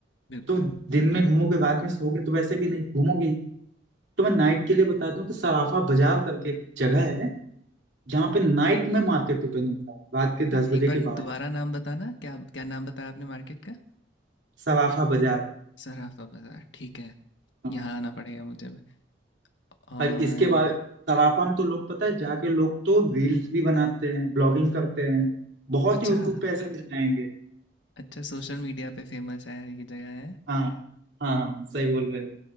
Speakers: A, on the left; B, on the right.
A: बिल्कुल
B: तो दिन
A: हम्म,
B: में घूमोगे रात में सोओगे तो वैसे भी नहीं घूमोगे ही, तो मैं नाइट के लिए बता दूं कि सराफा बाजार करके एक जगह है जहाँ पे नाइट में मार्केट ओपन होता है रात के
A: ना,
B: दस बजे
A: एक
B: के
A: बार
B: बाद
A: दोबारा नाम बताना क्या क्या नाम बताया आपने मार्केट का
B: सराफा बाजार
A: सराफा बाजार ठीक है
B: हाँ।
A: यहाँ आना पड़ेगा मुझे अब। और
B: और इसके बाद सराफा में तो लोग पता है जाके लोग तो रील्स भी बनाते हैं ब्लॉगिंग करते हैं बहुत
A: अच्छा
B: यूट्यूब पे ऐसे मिल जाएंगे
A: अच्छा सोशल मीडिया पे फेमस है ये जगह है
B: हाँ हाँ हाँ, सही बोल रहे हो